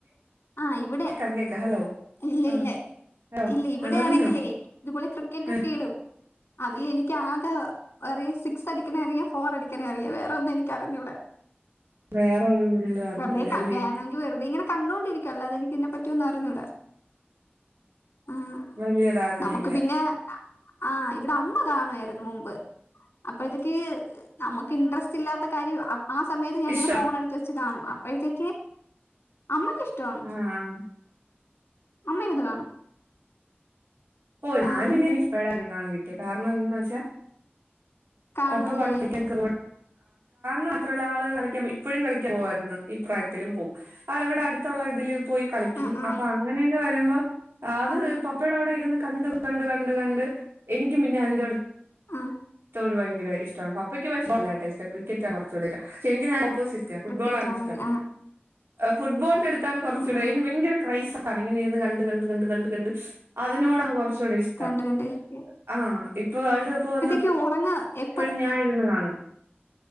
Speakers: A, on the left; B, on the right.
A: ആഹ് ഇവിടെ
B: ക്കാ കേക്കാ ഹലോ
A: ഇല്ല
B: ആ
A: ഇല്ല
B: ഹലോ
A: ഇല്ല ഇവിടെയാണെങ്കിലേ
B: ആ പറഞ്ഞോ
A: ഇതുപോലെ ക്രിക്കറ്റ്
B: ആ
A: ഒക്കെ ഇടും അതില് എനിക്ക് ആകെ അറിയാ സിക്സ് അടിക്ക്ണെ അറിയാ ഫോർ അടിക്കനെ അറിയാ വേറെ ഒന്നും എനിക്കറിഞ്ഞൂടാ
B: വേറെ ഒരു കുന്തം അറിഞ്ഞൂടല്ലേ
A: വെറുതെ കാ വേണെങ്കി വെറുതെ ഇങ്ങനെ കണ്ടൊണ്ടിരിക്കാ അല്ലാതെ അതിനെ പറ്റിയൊന്നും അറിഞ്ഞൂടാ ആഹ്
B: വലിയ ധാരണ
A: നമുക്ക്
B: ഇല്ല
A: പിന്നെ ആഹ് ഇവിടെ അമ്മ കാണുവായിരുന്നു മുമ്പ് അപ്പൊ ഇതൊക്കെ നമുക്ക് ഇൻട്രസ്റ്റ് ഇല്ലാത്ത കാര്യം ആഹ് സമയത്ത് ഞാൻ
B: ഇഷ്ടം
A: ഇങ്ങനെ ഫോൺ എടു ത്ത് വെച്ച് കാണും അപ്പോഴത്തേക്ക് അമ്മക്ക് ഇഷ്ടാണ്
B: ആഹ്
A: അമ്മയിര്ന്ന് കാണും
B: ഓഹ് ഞാന്
A: ആഹ്
B: പിന്നെനിക് ഇപ്പടെ എണ് കിട്ടിയ കാരണം എന്തന്ന് വെച്ചാ
A: കാണുവല്ലേ
B: പപ്പ പണ്ട് <unintelligible> മാത്രമല്ല ആ കളിക്ക ഇപ്പോഴും കളി ക്കാൻ പോവായ്രുന്നു ഇപ്രായത്തിലും പോകും ആള് വിടെ അടുത്തുള്ള ഇതില് പോയി കളിക്കും
A: ആഹ് ആഹ്
B: അപ്പൊ അങ്ങനെയൊക്കെ ക്കുമ്പോ അത്
A: ആഹ്
B: പപ്പടവിടെ ഇരുന്ന് കണ്ട് കണ്ട് കണ്ട് കണ്ട് എനിക്കും പിന്നെ അതിന്റെ
A: ആഹ്
B: ഒരു ഭയങ്കര ഇഷ്ടമാണ് പപ്പക്ക് <unintelligible> ക്രിക്കറ്റാ കൊറച്ചൂടെ ഇഷ്ടം പക്ഷേ എനിക്ക് നേരെ ഓപ്പോസിറ്റാ റ്റം ഫുട്ബോളാണ്
A: ക്രിക്കറ്റ് ആണല്ലേ
B: ഇഷ്ടം
A: ആഹ്
B: ഫുട്ബോളിന്റെ അടുത്താണ് കുറച്ചുകൂട
A: ഉം ഉം
B: അതിന് ഭയങ്കര ക്രൈസ്സാണ് ഇങ്ങനെ ഇരുന്ന് കണ്ട് കണ്ട് കണ്ട് കണ്ട് കണ്ട് അതിനോടാണ് കൊറച്ചുകൂടെ ഇഷ്ടം
A: കണ്ട് കണ്ടിരിക്ക
B: ആഹ് ഇപ്പൊ വേൾഡ് കപ്പ് വന്ന
A: ക്ക് ഒറങ്ങാ എ
B: പ്പഴും ഞാൻ ഇരുന്ന് കാണും